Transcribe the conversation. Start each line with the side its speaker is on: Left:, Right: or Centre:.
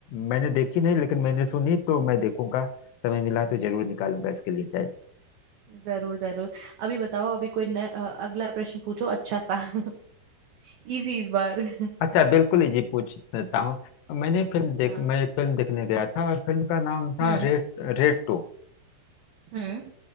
Left: मैंने देखी नहीं लेकिन मैंने सुनी तो मैं देखूंगा समय मिला तो जरूर निकालूंगा इसके लिए टाइम
Right: जरूर जरूर अभी बताओ अभी कोई न, अ, अगला प्रश्न पूछो अच्छा सा <laughs> इजी इस बार <laughs>
Left: अच्छा बिल्कुल ही जी पूछता हूँ मैंने फिल्म देख
Right: हाँ
Left: मैं एक फिल्म देखने गया था और फिल्म का नाम
Right: हम्म
Left: था रेड रेड टू
Right: हम्म